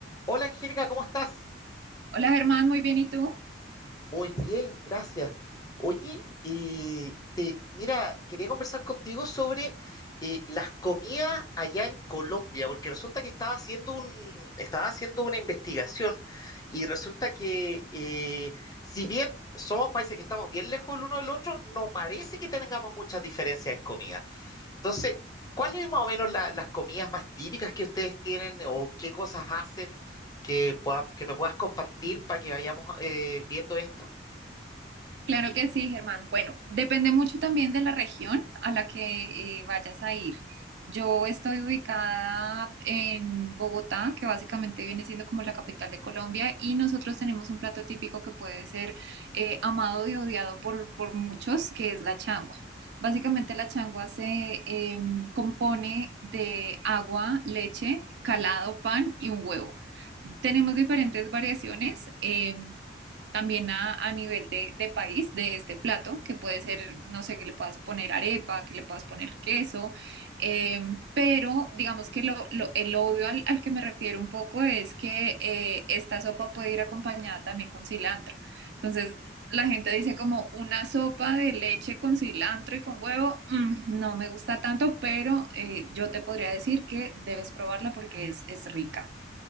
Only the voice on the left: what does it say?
Hola Angélica, ¿cómo estás?
Muy bien, gracias. Oye, eh, te, mira, quería conversar contigo sobre eh, las comidas allá en Colombia, porque resulta que estaba haciendo un, estaba haciendo una investigación y resulta que eh, si bien somos países que estamos bien lejos el uno del otro, no parece que tengamos muchas diferencias en comida. Entonces, ¿cuáles más o menos la- las comidas más típicas que ustedes tienen o qué cosas hacen que, pueda- que me puedas compartir para que vayamos eh, viendo esto?